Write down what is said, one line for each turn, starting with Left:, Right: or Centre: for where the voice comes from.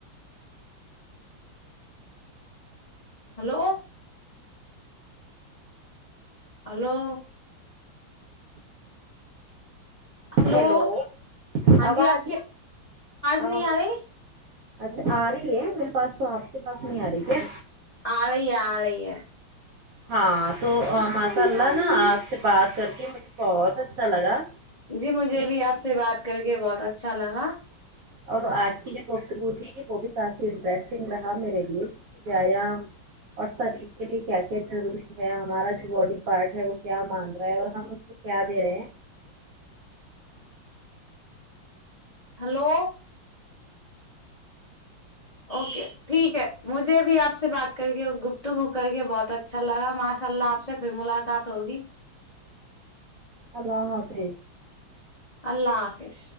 Left: ہلو ہلو ہلو
Right: ہیلو
Left: ہاں
Right: آواز
Left: جی آپ کی
Right: آواز
Left: نہیں آ رہی
Right: اچھا آ رہی ہے میرے پاس تو آپ کے پاس نہیں آ رہی کیا
Left: آرہی ہے آرہی ہے
Right: ہاں تو ماشاء اللہ نا آپ سے بات کر کے مجھے بہت اچھا لگا
Left: جی مجھے
Right: کہ
Left: بھی آپ سے بات کر کے بہت اچھا لگا
Right: اور آج کی جو گفتگو تھی وہ بھی کافی انٹرسٹنگ رہا میرے لیے کی ویا اور شریر کے لیے کیا کیا ضروری ہے ہمارا جو باڈی پارٹ ہے وہ کیا مانگ رہا ہے اور ہم کیا دیرآرہے ہے
Left: ہلو اوکے ٹھیک ہے مجھے بھی آپ سے بات کر کے گفتکو کر کے بہت اچھا اچھا لگا ماشاء اللہ آپ سے پھر ملاقات ہوگی
Right: اللہ حافظ
Left: اللہ حافظ